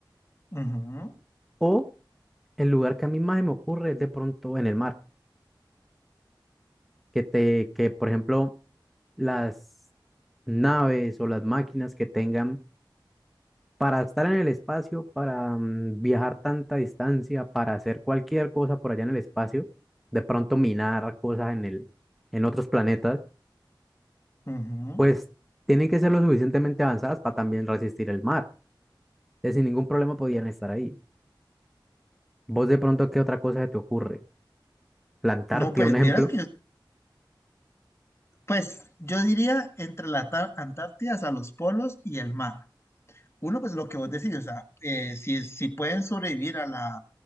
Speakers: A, on the left (about 30°); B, in the centre.
A: ujú,
B: O el lugar que a mí más se me ocurre es de pronto en el mar, que te, que por ejemplo las naves o las máquinas que tengan para estar en el espacio, para mm, viajar tanta distancia, para hacer cualquier cosa por allá en el espacio, de pronto minar cosas en el, en otros planetas,
A: ujú.
B: pues tienen que ser lo suficientemente avanzadas para también resistir el mar. Entonces, sin ningún problema podían estar ahí. Vos de pronto, ¿qué otra cosa se te ocurre? Plantarte,
A: No, pues
B: un ejemplo.
A: vieras que, pues yo diría entre la Tar- Antártida, a los polos y el mar. Uno, pues lo que vos decís, o sea, eh, si, si pueden sobrevivir a la,